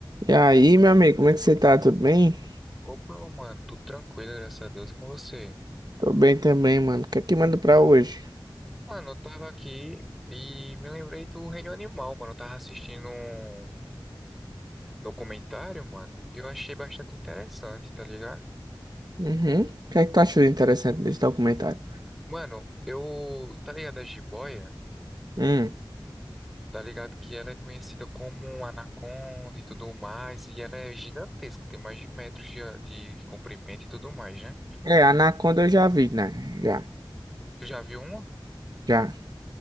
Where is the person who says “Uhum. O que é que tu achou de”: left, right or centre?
Right